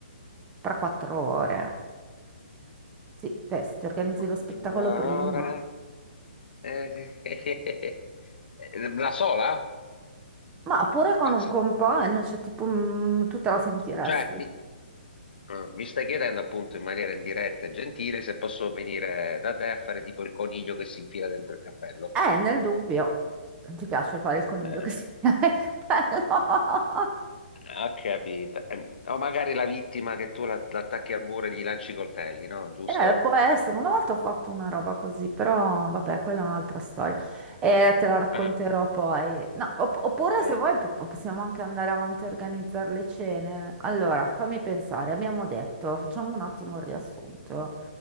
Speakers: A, on the right; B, on the left.
A: Per quattro ore? Sì, beh, se ti organizzi
B: Quattro
A: lo spettacolo prima.
B: ore. Eh, <laughs> eh, La sola?
A: Ma pure con
B: Ma,
A: un
B: s-
A: compagno, cioè tipo mm, tu te la sentiresti.
B: cioè, di- Ah, Mi stai chiedendo appunto in maniera indiretta e gentile se posso venire da te a fare tipo il coniglio che si infila dentro il cappello.
A: Eh, nel dubbio. Non ti piace fare il coniglio
B: Eh,
A: che si <laughs> tira il cappello? <laughs>
B: ho capito. Eh, o magari la vittima che tu la- l'attacchi al muro e gli lanci i coltelli, no? Giusto?
A: Eh, può essere, una volta ho fatto una roba così, però vabbè, quella è un'altra storia e te la racconterò
B: Eh,
A: poi. No, opp- oppure
B: eh,
A: se vuoi po- po- possiamo anche andare avanti a organizzare le cene. Allora, fammi pensare, abbiamo detto, facciamo un attimo il riassunto.